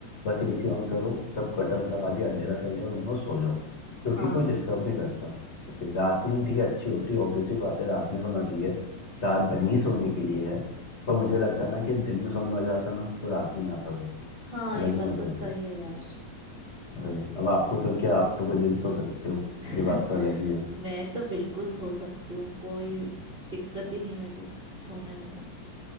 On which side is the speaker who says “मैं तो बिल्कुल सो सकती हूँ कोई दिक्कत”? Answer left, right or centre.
Right